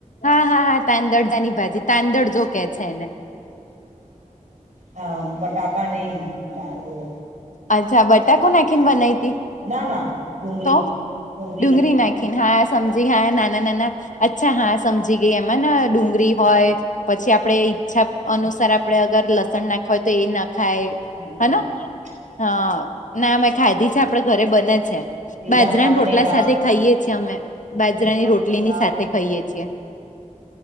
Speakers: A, on the left; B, on the right.
A: હા હા હા તાંદડ જાની ભાજી તાંદડ જો કે છે એને
B: હ બટાકા નહી ડળવો
A: અચ્છા બટાકો નાખીને બનાવી હતી
B: ના ના ડુંગળી
A: તો ડુંગરી
B: ડુંગળી ના
A: નાયખી હા સમજી હા નાના નાના અચ્છા હા સમજી ગઈ એમાં ડુંગળી હોય પછી આપણે ઈચ્છા અનુસાર આપડણે અગર લસણ નાખવા હોય તો એ ના ખાય
B: હમ્મ હમ્મ
A: હન હા ના મેં ખાધી છે આપડે ઘરે બને છે
B: બીજા
A: બાજરાની
B: મગની
A: રોટલા
B: દાળ
A: સાથે ખાઈએ છીએ અમે બાજરાની
B: મગની
A: રોટલી ની
B: દાળ
A: સાથે ખાઈએ છીએ.